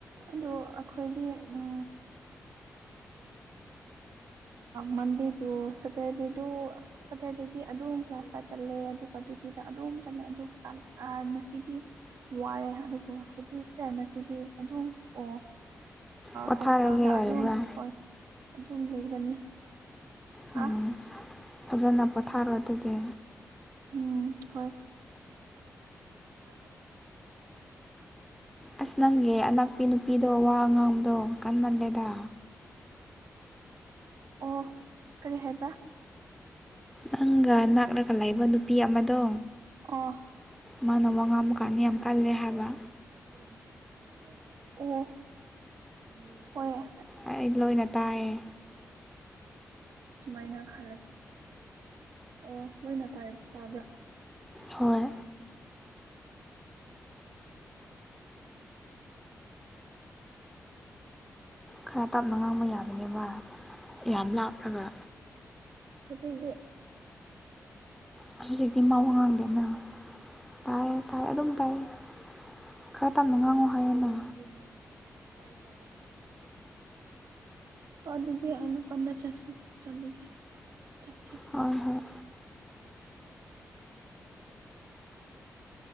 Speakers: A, on the right (about 80°); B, in the centre.
A: ꯑꯗꯣ ꯑꯩꯈꯣꯏꯗꯤ ꯎ ꯃꯟꯗꯦꯗꯨ ꯁꯇꯔꯗꯦꯗꯨ ꯁꯇꯔꯗꯦꯗꯤ ꯑꯗꯨꯝ ꯀ꯭ꯂꯥꯁꯇ ꯆꯠꯂꯦ ꯑꯗꯨꯒ ꯑꯗꯨꯗꯤꯗ ꯑꯗꯨꯝ ꯆꯠꯂꯦ ꯑꯗꯨ ꯉꯁꯤꯗꯤ ꯋꯥꯔꯦ ꯑꯗꯨꯕꯨ ꯍꯧꯖꯤꯛꯇ ꯉꯁꯤꯗꯤ ꯑꯗꯨꯝ ꯑꯣ
B: ꯄꯣꯊꯥꯔꯒꯦ
A: ꯍꯣꯁꯇꯦꯜꯗ
B: ꯍꯥꯏꯕ꯭ꯔꯥ
A: ꯑꯗꯨꯝ ꯍꯣꯏ ꯑꯗꯨꯝ ꯂꯩꯕꯅꯦ
B: ꯎꯝ
A: ꯑꯥ
B: ꯐꯖꯅ ꯄꯣꯊꯥꯔꯣ ꯑꯗꯨꯗꯤ
A: ꯎꯝ ꯍꯣꯏ ꯥꯏꯗ
B: ꯑꯁ ꯅꯪꯒꯤ ꯑꯅꯥꯛꯄꯤ ꯅꯨꯄꯤꯗꯣ ꯋꯥ ꯉꯥꯡꯕꯗꯣ ꯀꯥꯟꯃꯜꯂꯦꯗ
A: ꯑꯣ ꯀꯔꯤ ꯍꯥꯏꯕꯥ
B: ꯅꯪꯒ ꯅꯛꯔꯒ ꯂꯩꯕ ꯅꯨꯄꯤ ꯑꯃꯗꯣ
A: ꯑꯣ
B: ꯃꯥꯅ ꯋꯥ ꯉꯥꯡꯕ ꯀꯥꯟꯅꯤ ꯌꯥꯝ ꯀꯜꯂꯦ ꯍꯥꯏꯕ
A: ꯑꯣ ꯍ
B: ꯑꯩ ꯂꯣꯏꯅ ꯇꯥꯏꯌꯦ
A: ꯁꯨꯃꯥꯏꯅ ꯈꯜꯂꯦ ꯑꯣ ꯂꯣꯏꯅ ꯇꯥꯕ꯭ꯔꯥ
B: ꯍꯣꯏ ꯈꯔ ꯇꯞꯅ ꯉꯥꯡꯕ ꯌꯥꯕꯅꯦꯕ ꯌꯥꯝ ꯂꯥꯞꯂꯒ
A: ꯍꯧꯆꯗꯤ
B: ꯍꯧꯖꯤꯛꯇꯤ ꯃ ꯋꯥ ꯉꯥꯡꯗꯦꯅ ꯇꯥꯏ ꯇꯥꯏ ꯑꯗꯨꯝ ꯇꯥꯏꯌꯦ ꯈꯔ ꯇꯞꯅ ꯉꯥꯡꯉꯣ ꯍꯥꯏꯌꯣꯅ
A: ꯑꯣ ꯑꯗꯨ ꯃ ꯀꯥꯏ ꯇ ꯑ ꯑꯗꯨꯗꯤ ꯑꯩꯩꯅ ꯄꯗ ꯆꯦꯛꯁꯤ ꯆꯂꯦꯒ ꯆꯦ
B: ꯍꯣꯏ ꯍꯣꯏ